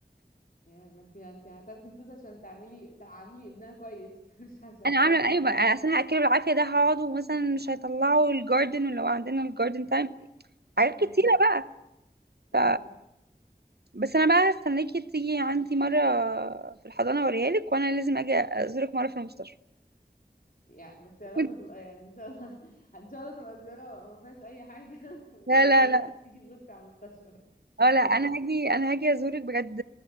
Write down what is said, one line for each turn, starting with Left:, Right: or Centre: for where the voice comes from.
Left: يعني ما انت انت هتاخدي فلوس عشان تعملي تعاملي ابنها كويس <laughs> مش عشان
Right: انا
Left: تاكلي
Right: عامله
Left: بالعافيه
Right: ايوه بقى عشان هاكله بالعافيه ده هقعد ومثلا مش هيطلعوا الجاردن ولو عندنا الجاردن تايم حاجات كتيره
Left: امم
Right: بقى
Left: اه
Right: ف بس انا بقى هستناكي تيجي عندي مره في الحضانه اوريها لك وانا لازم اجي ازورك مره في المستشفى
Left: يعني بس يا رب
Right: وإنت-
Left: تبقى يعني ان شاء الله <laughs> ان شاء الله تبقى زياره ما فيهاش اي حاجه <laughs> وكله
Right: لا لا
Left: تمام
Right: لا
Left: تيجي تبصي على المستشفى بس.
Right: اه لا انا هاجي انا هاجي ازورك بجد